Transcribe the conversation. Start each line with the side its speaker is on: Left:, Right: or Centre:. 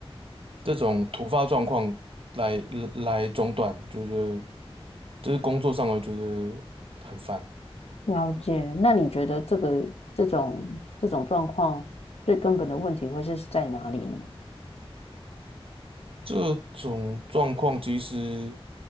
Right: 这种突发状况来来中断，觉得就是工作上我觉得很烦。
Left: 了解。那你觉得这个这种这种状况最根本的问题会是在哪里呢？
Right: 这种状况其实